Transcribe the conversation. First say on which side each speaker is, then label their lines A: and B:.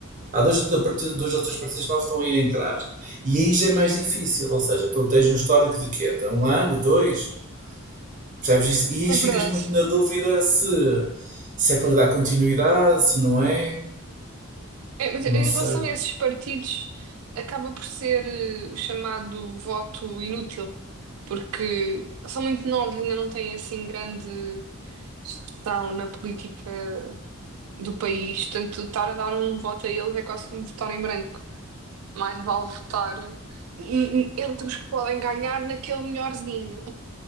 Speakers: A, on the right; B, on the right.
A: Há dois, ou partidos- três partidos novos que estão aí a entrar. E aí já é mais difícil, ou seja, tu tens um histórico de quê? De Um ano, dois? Percebes isto? E aí
B: É
A: ficas
B: verdade.
A: muito na dúvida se, se é para dar continuidade, se não é.
B: É, mas
A: Não
B: em
A: sei.
B: relação a esses partidos, acaba por ser eh, o chamado voto inútil, porque são muito novos, ainda não têm assim grande expressão na política do país, portanto, estar a dar um voto a eles é quase como votar em branco. Mais vale votar em- em- entre os que podem ganhar naquele melhorzinho,